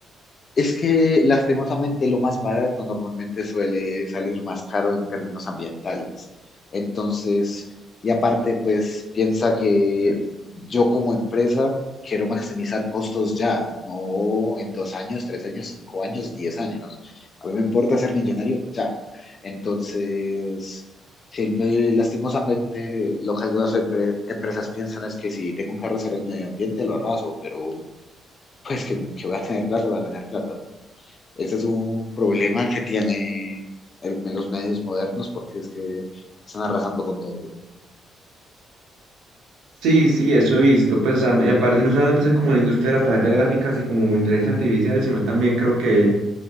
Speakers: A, on the left (about 40°); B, on the right (about 85°).
A: Es que lastimosamente lo más barato normalmente suele salir más caro en términos ambientales. Entonces, y aparte, pues piensa que yo como empresa quiero maximizar costos ya, no en dos años, tres años, cinco años, diez años. A mí me importa ser millonario ya. Entonces, si me- lastimosamente lo que algunas empre- empresas piensan es que si tengo que arrasar el medio ambiente, lo arraso, pero pues que, que voy a tener plata, voy a tener plata. Ese es un problema que tiene el- los medios modernos porque es que están arrasando con todo.
B: Sí, sí, eso he visto. Pues, a- y aparte, y no solamente es como la industria de las tarjetas gráficas y como inteligencia artificial, sino también creo que,